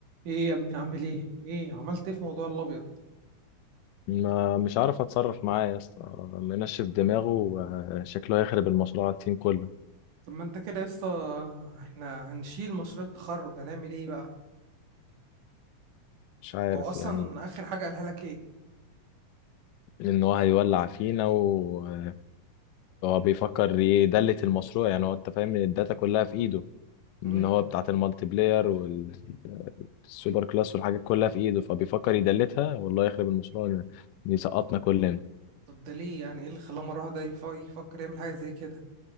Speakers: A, on the right; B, on the left.
A: ايه يا ابني عامل ايه ايه عملت ايه في موضوع الابيض
B: ما مش عارف اتصرف معاه يا اسطى منشف دماغه آه، شكله هيخرب المشروع على التيم كله
A: طب ما انت كده يا اسطى احنا هنشيل مشروع التخرج هنعمل ايه بقى
B: مش عارف
A: هو اصلا
B: يعني
A: اخر حاجه قالها لك ايه
B: ان هو هيولع فينا وهو بيفكر يدلت المشروع يعني هو انت فاهم إن الداتا كلها في ايده
A: امم
B: ان هو بتاعت المالتي بلاير والسوبر كلاس والحاجات كلها في ايده فبيفكر يدلتها والله يخرب المشروع ده، يسقطنا كلنا
A: طب ده ليه يعني ايه اللي خلاه مره واحده يف- يفكر يعمل حاجه زي كده